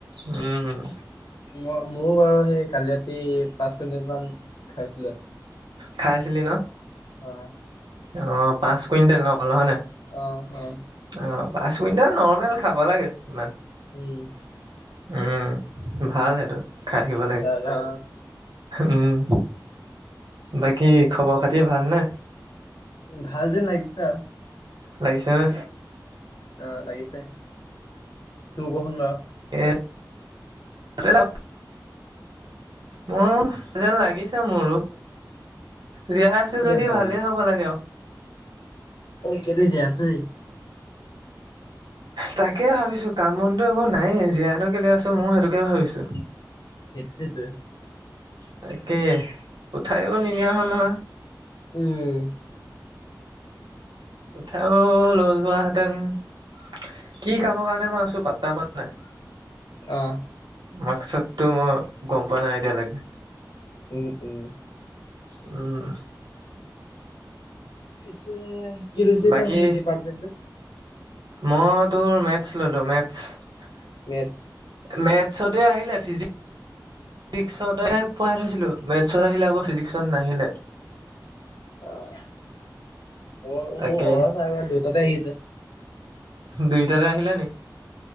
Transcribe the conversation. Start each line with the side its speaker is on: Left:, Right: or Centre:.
Right: উম
Left: মই মোৰ বাৰু সেই কালি ৰাতি পাঁচ কুইণ্টেল মান খাইছিলে।
Right: খাইছিলি ন',?
Left: আহ
Right: অহ, পাঁচ কুইণ্টেল ন' অকল হয় নায়?
Left: অ অ
Right: অহ', পাঁচ। কুইণ্টেল নৰ্মেল খাব লাগে ইমান
Left: উম
Right: <inaudible> উম ভাল সেইটো। খাইথাকিব লাগে
Left: ভাল অ
Right: উম। বাকী খবৰ খাতি ভালনে।
Left: ভাল যেন লাগিছা আৰু।
Right: লাগিছে নে।
Left: আহ লাগিছেহে তোৰ কচোন বাৰু।
Right: <unintelligible> ম যেন লাগিছে মোৰো। জীয়াই আছো
Left: কেলে
Right: যদি
Left: ভাল
Right: ভালেই হ'ব লাগে আয়ো।
Left: ত কেলে জীয়াই আছ অই।
Right: তাকে ভাবিছো কাম বনধ একো নাইেই জীয়নো কেলে আছো মই সেইটোকে ভাবিছো।
Left: এইটেত।
Right: তাকে কঠাইও নিদিয় হ'ল নহয়।
Left: উম
Right: উঠাইও লৈ যোৱ হেঁতেন। কি কামৰ কাৰণে মই আছো পাট্ত প নাই।
Left: অ।
Right: মাকসতটো মই গম পোৱা নাই এতিয়ালৈকে।
Left: উম- উম।
Right: উম
Left: পিছে কিলচিত
Right: বাকী
Left: সেই ডিপাৰ্টমেণ্ট।
Right: মই তোৰ মেথছ ললো মেথছ-
Left: মেথচ
Right: মেথছতে আহিলে ফিজিক্স ফিজিক্সতে পোৱাই থৈছিলোঁ মেথছত আহিলে আকৌ ফিজিক্সত নাহিলে
Left: আহ মই
Right: তাকে
Left: মোৰ ছ দুইটাতে আহিছে।
Right: দুইটাৰে আহিলৈ নি